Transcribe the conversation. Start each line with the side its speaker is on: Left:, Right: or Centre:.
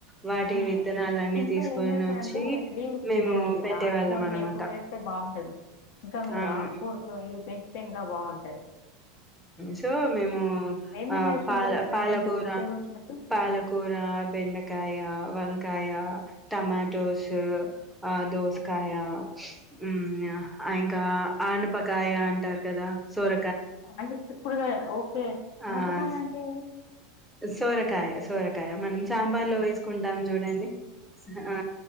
Centre: వాటి
Left: ఆ! ఆ!
Centre: విత్తనాలన్నీ
Left: ఇంకా
Centre: తీసుకొని
Left: ఏం చేస్తారంటే
Centre: వచ్చి
Left: లీవ్స్
Centre: మేము
Left: అంటే అది
Centre: పెట్టే
Left: ఆకుకూరలు
Centre: వాళ్ళం అనమాట
Left: ఎక్కువ వేస్తే బావుంటది. ఇంకా మీరు
Centre: అవును
Left: ఆకుకూరలు ఇవి పెంచితే ఇంకా బాగుంటది
Centre: సో మేము
Left: ఏమేం
Centre: ఆ
Left: చేస్తున్నారు
Centre: పాల
Left: ప్రెజెంట్
Centre: పాలకూర
Left: వెజిటబుల్స్ మీకు?
Centre: పాలకూ కూర బెండకాయ వంకాయ టమాటోస్ ఆ దోస్కాయ
Left: హ్మ్.
Centre: ఉ ఇంకా ఆనపకాయ అంటారు కదా సోర
Left: అద కుడుగాఓ
Centre: ఆ
Left: అపుకాయ
Centre: ఉమ్.
Left: ఆంట ఏ
Centre: సోరకాయ సోరకాయ మనం సాంబార్లో వేసుకుంటాం చూడండి ఆ